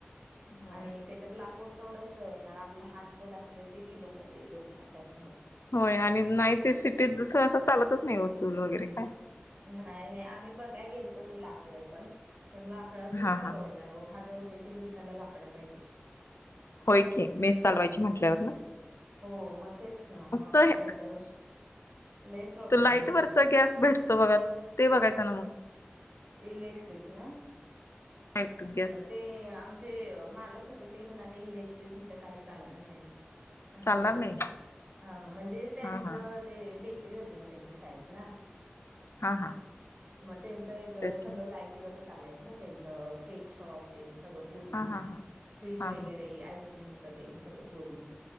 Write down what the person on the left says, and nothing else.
होय
होय आणि नाही ते सिटीत सहसा चालतच नाही हो चूल वगैरे काय
हा हा
होय की मीस चालवायची म्हटल्यावर ना
तो हे
तो लाइट
वरचा गॅस भेटतो बघा ते बघायचं ना मग
लाईट गॅस
चालणार
नाही
हा हा
हा हा
त्याच्या
हा
हा हा
हा
हा